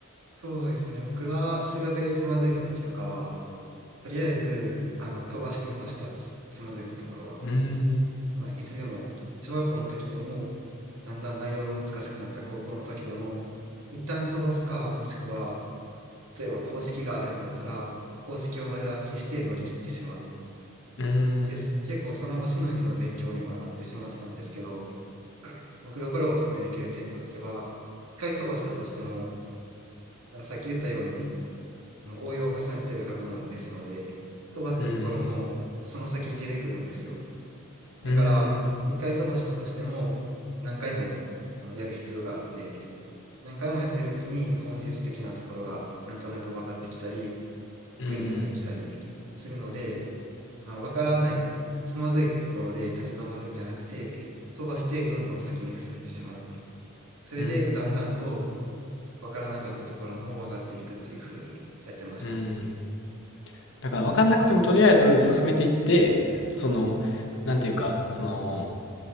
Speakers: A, on the right; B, on the left.
A: そうですね。僕が数学でつまずいた時とかは、とりあえず、あの、飛ばしてました。つ、つまずいたところは。
B: うーん、
A: まあ、いつでも、小学校の時でも、だんだん内容が難しくなった高校の時でも、一旦飛ばすか、もしくは、例えば公式があるんだったら、公式を丸暗記して乗り切ってしまう。
B: うー
A: です。
B: ん、
A: 結構その場しのぎの勉強にはなってしまってたんですけど、<clears throat> 僕がこれをお勧めできる点としては、一回飛ばしたとしても、さっき言ったように、あの応用を重ねてる学問ですので、飛ばしたところもその先出てくるんですよ。
B: うーん。
A: だから、
B: うーん、
A: 一回飛ばしたとしても、何回もあのやる必要があって、何回もやってるうちに本質的なところがなんとなく分かってきたり、
B: うーん、
A: 得意になってきたりするので、まあ、わからない、つまずいたところで立ち止まるんじゃなくて、飛ばしてどんどん先に進んでしまう。それで、
B: うーん、
A: だんだんと、わからなかったところも分かっていくっていう風にやってましたね。
B: うーん。だから分かんなくてもとりあえず進めていって、その、
A: うん、
B: なんていうか、その、